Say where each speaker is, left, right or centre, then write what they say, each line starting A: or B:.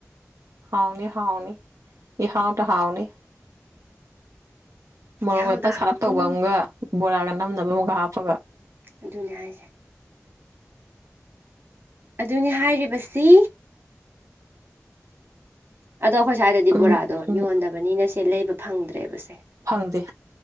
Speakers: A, on the right (about 80°); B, on the right (about 45°).
A: ꯍꯥꯎꯅꯤ ꯍꯥꯎꯅꯤ ꯏꯍꯥꯎꯗ ꯍꯥꯎꯅꯤ꯫ ꯃꯣꯔꯣꯛ
B: ꯏꯍꯥꯎꯗ
A: ꯂꯦꯞꯄ ꯁꯥꯔꯞ
B: ꯍꯥꯎꯅꯤ
A: ꯇꯧꯕ ꯑꯃꯒ ꯕꯣꯔꯥꯒ ꯅꯝꯅꯕ ꯑꯃꯨꯛꯒ ꯍꯥꯞꯄꯒ
B: ꯑꯗꯨꯅꯦ ꯍꯥꯏꯁꯦ ꯑꯗꯨꯅꯤ ꯍꯥꯏꯔꯤꯕꯁꯤ ꯑꯗꯣ ꯑꯩꯈꯣꯏ ꯁ꯭ꯋꯥꯏꯗꯗꯤ
A: ꯎꯝ
B: ꯕꯣꯔꯥꯗꯣ
A: ꯎꯝ
B: ꯌꯣꯟꯗꯕꯅꯤꯅ ꯁꯦ ꯂꯩꯕ ꯐꯪꯗ꯭ꯔꯦꯕꯁꯦ
A: ꯐꯪꯗꯦ